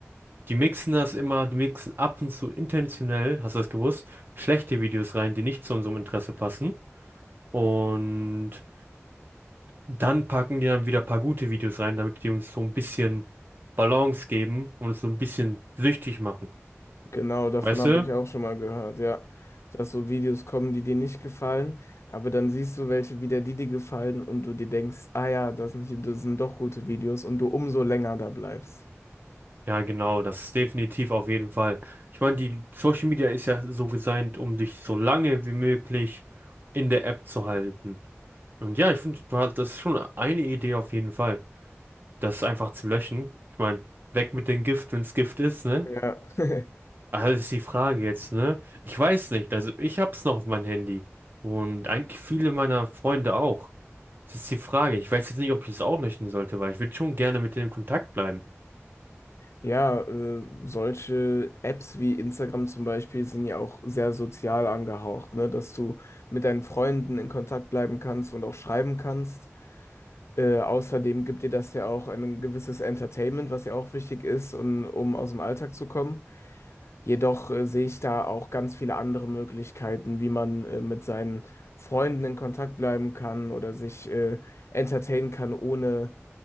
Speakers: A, on the right; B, on the left.
A: die mixen das immer, die mixen ab und zu intentionell, hast du das gewusst, schlechte Videos rein, die nicht zu unserem Interesse passen. Und Dann packen die dann wieder ein paar gute Videos rein, damit die uns so ein bisschen Balance geben und uns so ein bisschen süchtig machen.
B: Genau, davon
A: Weißt
B: habe
A: du?
B: ich auch schon mal gehört, ja. Dass so Videos kommen, die dir nicht gefallen, aber dann siehst du welche wieder, die dir gefallen und du dir denkst, ah ja, das sind, hier- das sind doch gute Videos und du umso länger da bleibst.
A: Ja, genau, das ist definitiv auf jeden Fall. Ich meine, die Social Media ist ja so designt, um dich so lange wie möglich in der App zu halten. Und ja, ich finde, du hast, das ist schon eine Idee auf jeden Fall, das einfach zu löschen. Ich meine, weg mit dem Gift, wenn es Gift ist, ne?
B: Ja, <laughs>
A: Also das ist die Frage jetzt, ne? Ich weiß nicht, also ich hab's noch auf meinem Handy und eigentlich viele meiner Freunde auch. Das ist die Frage. Ich weiß jetzt nicht, ob ich es auch löschen sollte, weil ich würde schon gerne mit denen in Kontakt bleiben.
B: ja, äh, solche Apps wie Instagram zum Beispiel sind ja auch sehr sozial angehaucht, ne? Dass du mit deinen Freunden in Kontakt bleiben kannst und auch schreiben kannst. Äh, außerdem gibt dir das ja auch ein gewisses Entertainment, was ja auch wichtig ist, und, um aus dem Alltag zu kommen. Jedoch äh, sehe ich da auch ganz viele andere Möglichkeiten, wie man äh, mit seinen Freunden in Kontakt bleiben kann oder sich äh, entertainen kann, ohne